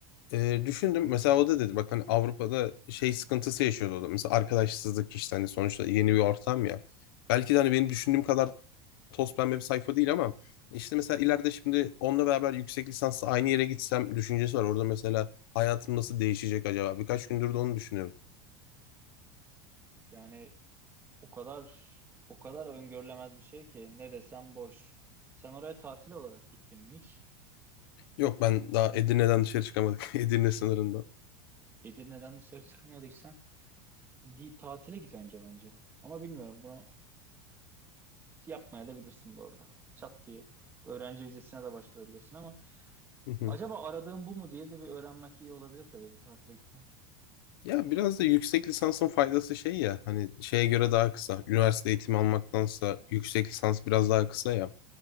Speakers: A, on the left; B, on the right.
A: E, düşündüm mesela o da dedi bak hani Avrupa'da şey sıkıntısı yaşıyordu o da mesela arkadaşsızlık işte hani sonuçta yeni bir ortam ya. Belki de hani benim düşündüğüm kadar toz pembe bir sayfa değil ama işte mesela ileride şimdi onunla beraber yüksek lisansla aynı yere gitsem düşüncesi var. Orada mesela hayatım nasıl değişecek acaba? Birkaç gündür de onu düşünüyorum.
B: Yani o kadar o kadar öngörülemez bir şey ki ne desem boş. Sen oraya tatil olarak gittin mi hiç?
A: Yok ben daha Edirne'den dışarı çıkamadık. <laughs> Edirne sınırından.
B: Edirne'den dışarı çıkamadıysan bir tatile git önce bence. Ama bilmiyorum bunu yapmaya da bilirsin bu arada. Çat diye. Öğrenci vizesine de başvurabilirsin ama
A: Hı hı.
B: Acaba aradığım bu mu diye de bir öğrenmek iyi olabilir tabii bir tatile gitmek.
A: Ya biraz da yüksek lisansın faydası şey ya hani şeye göre daha kısa. Üniversite eğitimi almaktansa yüksek lisans biraz daha kısa ya.